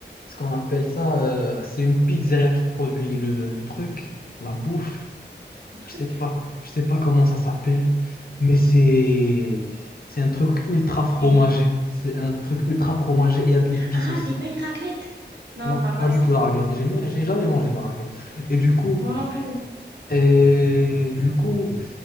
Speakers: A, on the left; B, on the right.
A: ce qu'on appelle ça, euh, c'est une pizzeria qui produit le, le truc, la bouffe.
B: Le truc.
A: Je sais pas, je sais pas comment ça s'appelle, mais c'est c'est un truc ultra fromagé.
B: Une bille.
A: C'est un truc ultra fromagé. Il y a de l'épice
B: Ah,
A: aussi.
B: c'est pas une raclette! Non,
A: Non,
B: on parle pas
A: pas
B: de
A: du
B: ça.
A: tout de la raclette. J'ai jamais,
B: Ok.
A: j'ai jamais mangé de la raclette. Et du coup,
B: Moi non plus.
A: et du coup,